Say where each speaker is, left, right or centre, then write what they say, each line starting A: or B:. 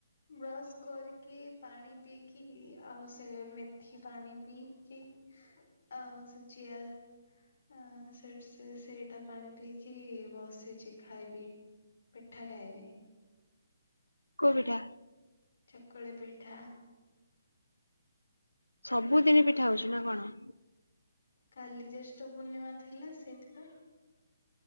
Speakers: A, on the left; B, on the left.
A: ବ୍ରଶ୍ କରିକି ପାଣି ପିଇକି ଆଉ ସେ ମେ ଉଠି ପାଣି ପି କି ଆଉ ସେ ଚିଆର୍ ଆ ସେ ସେଇଟା ପାଣି ପିଇକି ବସିଛି ଖାଇବି। ପିଠା ଖାଇବି।
B: କୋଉ ପିଠା?
A: ଚକୁଳି ପିଠା।
B: ସବୁଦିନ୍ ପିଠା ହଉଚି ନାଁ କଣ?
A: କାଲି ଜ୍ୟେଷ୍ଠ ପୂର୍ଣ୍ଣିମା ଥିଲା ସେଇଥିପାଇଁ।